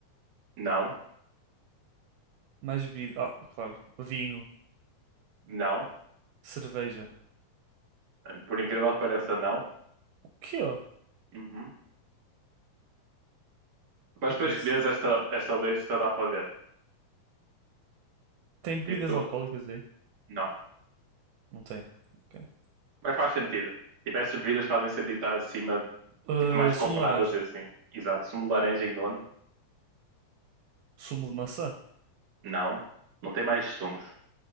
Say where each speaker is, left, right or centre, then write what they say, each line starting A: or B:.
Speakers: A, on the right; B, on the right.
A: Não,
B: mais bebida. Ah, claro. Vinho,
A: não.
B: cerveja.
A: Por incrível que pareça, não.
B: O quê? O
A: Uhum.
B: que
A: Mas
B: é
A: depois
B: que fez essa
A: que vês
B: lista?
A: esta, esta lista dá para ver.
B: Tem bebidas
A: Tipo,
B: alcoólicas
A: tu,
B: aí?
A: não.
B: Não tem. Ok.
A: Mas faz sentido. Tipo, estas bebidas fazem sentido estar acima,
B: Eh,
A: tipo, mais compradas
B: sumo de laranja,
A: e assim. Exato. Sumo de laranja em nono?
B: sumo de maçã.
A: Não. Não tem mais sumos.